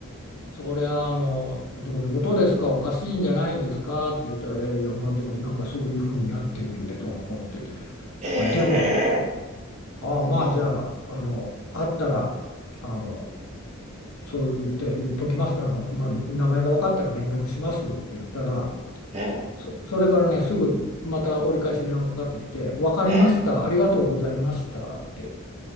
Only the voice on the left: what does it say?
それはあの、どういうことですか、おかしいんじゃないんですかって言ったら、えーいや、まあ、でもなんかそういうふうになってるんで、どうのこうのって言
って、でも、ああ、
まあ、
じゃあ、あの、あったら、あの、そう言って、言っときます。あの、まあ、名前が分かったら連絡しますって言ったら、
そ、それからね、すぐまた折り返し電話がかかってきて、分かりました、
ありがとうございましたって、